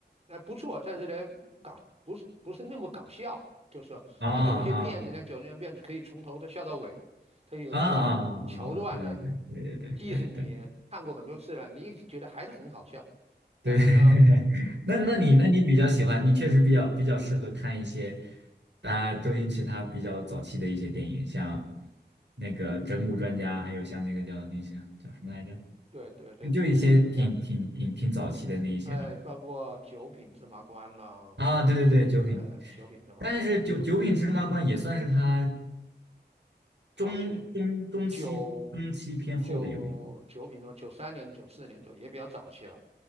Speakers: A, on the right; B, on the right.
A: 呃，不错，但是呢，搞不是不是那么搞笑，就是说他有些片子呢，
B: 啊啊啊
A: 九十年片子可以从头的笑到尾，他有些桥段呢，
B: 啊啊啊啊，对对对对对对对对。
A: 即使你看过很多次了，你觉得还是很好笑，
B: 对，
A: 但是呢，
B: <laughs> 那那你那你比较喜欢，
A: 哎，
B: 你确实比较比较适合看一些，大家周星驰他比较早期的一些电影，像那个《整蛊专家》，还有像那个叫那些叫什么来着，
A: 对对对，
B: 就就一些挺挺挺挺早期的那一些吧。
A: 整蛊专家。哎，包括九品芝麻官啦，
B: 啊，对对对，
A: 是呃九品芝麻官
B: 九品，但是九九品芝麻官也算是他
A: 早期
B: 中中中期中期偏后的有一部。
A: 九九九品芝麻九三年九四年左右也比较早期了。